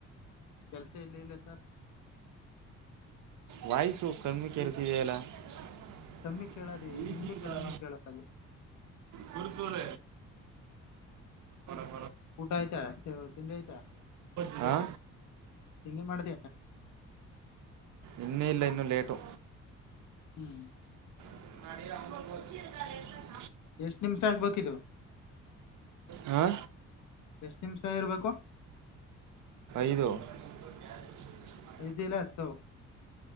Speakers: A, on the left; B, on the right.
A: ಕೆಲ್ಸ ಎಲ್ಲೂ ಇಲ್ಲ ಸರ್
B: ವಾಯ್ಸು ಕಮ್ಮಿ ಕೇಳ್ತಾ ಇದೆಯಲ್ಲ ಈ
A: ಕಮ್ಮಿ ಕೇಳದಿ ನಿಮ್ದು
B: ಸಿ
A: ಕಮ್ಮಿನೇ
B: ಕ
A: ಕೇಳದು
B: ಕುತಣ <unintelligible>
A: ಊಟ ಆಐತಾ ತಿಂಡ ಆಐತಾ
B: ಹಾ
A: ತಿಂಡಿ ಮಾದ್ದ
B: ಇನ್ನೂ ಇಲ್ಲ ಇನ್ನೂ ಲೇಟು
A: ಹ್ಮ್
B: <unintelligible>
A: ಎಷ್ಟ್ ನಿಮ್ಷ ಆಗ್ಬೇಕಿದು
B: ಆ
A: ಎಷ್ಟು ನಿಮಿಷ ಇರ್ಬೇಕು
B: ಐದು <unintelligible>
A: ಇದಲ್ಲ ಎತ್ತೋ